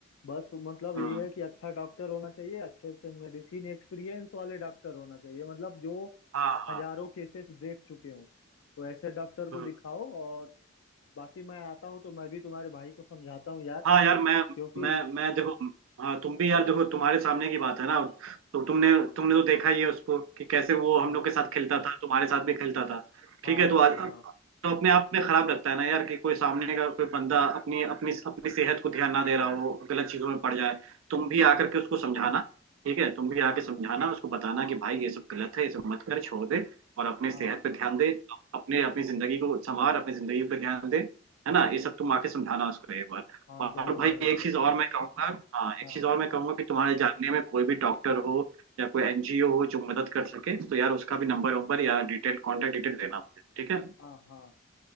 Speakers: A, on the left; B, on the right.
A: बस मतलब
B: हम्म
A: यही है कि अच्छा डॉक्टर होना चाहिए अच्छे से मेडिसिन एक्सपीरियंस वाले डॉक्टर होना चाहिए मतलब जो
B: हाँ हाँ
A: हजारों केसेस देख चुके हूँ तो ऐसे डॉक्टर को
B: हम्म
A: दिखाओ और बाकी मैं आता हूँ तो मैं भी तुम्हारे भाई को समझाता हूँ यार
B: हाँ यार मैं
A: क्योंकि
B: मैं मैं देखो हाँ तुम भी यार देखो तुम्हारे सामने की बात है ना तो तुमने तुमने तो देखा ही है उसको कि कैसे वो हम
A: हाँ
B: लोग के साथ खेलता था तुम्हारे साथ भी खेलता था
A: हाँ
B: ठीक है तो आज
A: हाँ
B: तो अपने आप में खराब लगता है ना यार कि कोई सामने का कोई बंदा अपनी अपनी अपनी सेहत को ध्यान ना दे रहा हो गलत चीजों में पड़ जाए तुम भी
A: हाँ
B: आकर के उसको समझाना ठीक है तुम भी आके समझाना उसको बताना कि भाई ये सब गलत है ये सब मत कर छोड़ दे और अपनी
A: हाँ
B: सेहत पे
A: हाँ
B: ध्यान दे अपने अपनी जिंदगी को संवार अपनी जिंदगी पे ध्यान दे है ना ये सब तुम आके समझाना उसको एक बार
A: हाँ
B: और
A: जरूर
B: भाई
A: जरूर
B: एक
A: जरूर
B: चीज और मैं कहूंगा हाँ
A: हाँ
B: एक चीज और मैं कहूंगा कि तुम्हारे जानने में कोई भी डॉक्टर हो या कोई एनजीओ हो जो मदद कर सके तो यार उसका भी नंबर वंबर या डिटेल कांटेक्ट डिटेल देना मुझे ठीक है
A: हाँ हाँ